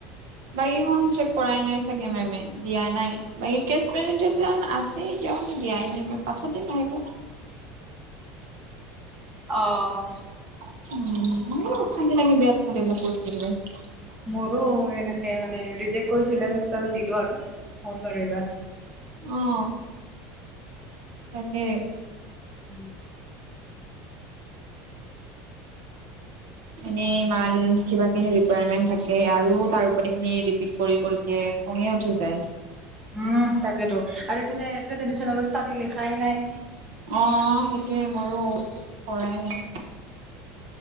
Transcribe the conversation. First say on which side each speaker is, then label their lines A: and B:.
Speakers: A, on the right; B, on the right.
A: বাকী কেইখন চেক কৰাই নাই চাগে মেমেয়ে। দিয়া নাই বাকী কেচ পেৰেন্সজেচ আছে এতিয়াও দিয়াই নাই মই পাছত দিম। মাহে <inaudible>
B: অহ।
A: উম, অশান্তি লাগে বিৰাত এইবিলাক কৰি থাকিবলৈ।
B: মোৰ এনেকে মানে ৰিজেট কৰিছিলে। দিলো আৰু মোৰ আৰু হ'ল চাগে এইবাৰ।
A: অ'। তাকে
B: উম।
A: এনেই ইমান কিবা খিনি ৰিকয়াৰমেন্ট থাকে আৰু তাৰ ওপৰত এইখিনি ৰিপিট কৰি কৰি দিয়ে। খঙে উঠি যায়।
B: উম তাকেতো আৰু এইফালে প্ৰেজেনটেশন ষ্টাডি লিখাই নাই।
A: আহ সেইটোৱে ময়ো কৰাই নাই।